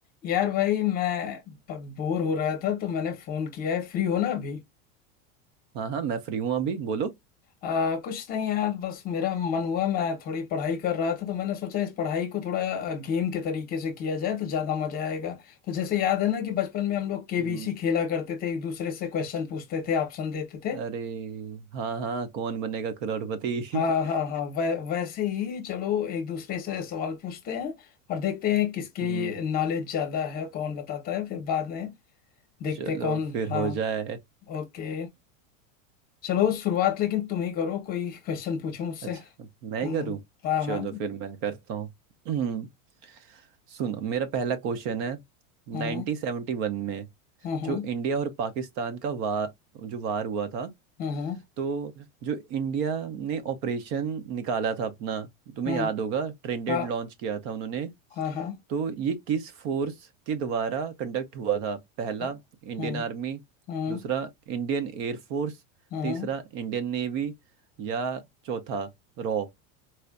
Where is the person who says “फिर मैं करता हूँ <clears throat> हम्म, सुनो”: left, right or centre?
Right